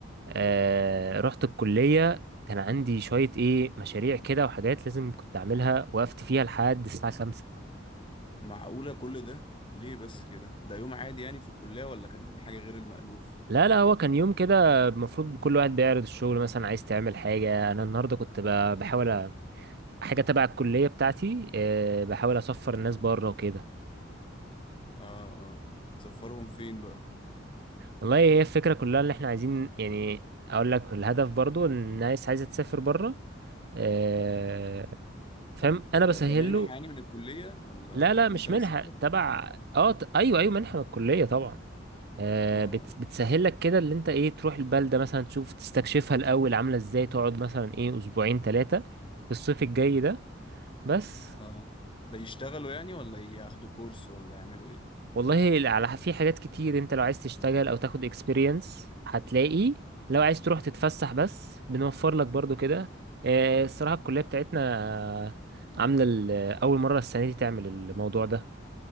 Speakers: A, on the right (about 55°); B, on the left (about 25°).
A: آه رحت الكليه كان عندي شويه ايه مشاريع كده وحاجات لازم كنت اعملها وقفت فيها لحد الساعه 5
B: معقولة كل ده ليه بس كده ده يوم عادي يعني في الكلية ولا كان حاجة غير المألوف
A: لا لا هو كان يوم كده المفروض كل واحد بيعرض الشغل مثلا عايز تعمل حاجه انا النهارده كنت ب- بحاول حاجة تبع الكلية بتاعتي آه، بحاول أسفر الناس بره وكده
B: اه اه سفرهم فين بقى
A: والله هي الفكرة كلها اللي احنا عايزين يعني أقول لك الهدف برضو إن الناس عايزة تسافر بره آه، فاهم أنا
B: ده
A: بسهل
B: ده منحة
A: له
B: يعني من الكلية ولا
A: لا لا مش
B: وانت ماسكها
A: منحة تبع اه ت- أيوه أيوه منحة من الكلية طبعا آه،
B: اه اه
A: بت- بتسهل لك كده اللي انت ايه تروح البلدة مثلا تشوف تستكشفها الأول عاملة ازاي تقعد مثلا ايه أسبوعين ثلاثة في الصيف الجاي ده بس
B: اه ده يشتغلوا يعني ولا ياخدوا كورس ولا يعملوا ايه
A: والله على في حاجات كتير انت لو عايز تشتغل او تاخد experience هتلاقي لو عايز تروح تتفسح بس بنوفر لك برضو كده آه، الصراحة الكلية بتاعتنا آه، عاملة ال- اول مرة السنة دي تعمل الموضوع ده